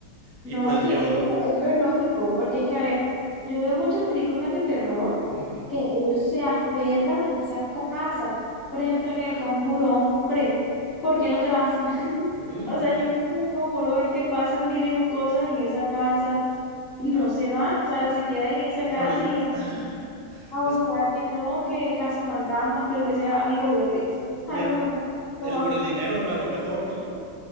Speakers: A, on the left; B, on the right.
A: No,
B: Y pues
A: es que,
B: yo...
A: es que es lo, es lo lógico, porque es que, a ver, yo veo muchas películas de terror
B: Ujú,
A: que ellos
B: ujú,
A: se aferran a esa casa. Por ejemplo, en El Conjuro, hombre, ¿por qué no te vas? <laughs>
B: ujú,
A: O
B: ujú.
A: sea, yo veo que en El Conjuro ven que pasan mil y un cosas en esa casa y no
B: Ah,
A: se van, o sea, se quedan en esa casa
B: por el...
A: y en-
B: <laughs> <sighs>
A: a
B: Es,
A: buscar que no, que cazafantasmas, que lo que sea, amigo, vete.
B: mira,
A: A lo mejor, lo
B: el
A: más
B: por el dinero, ¿no? A lo mejor, ¿no?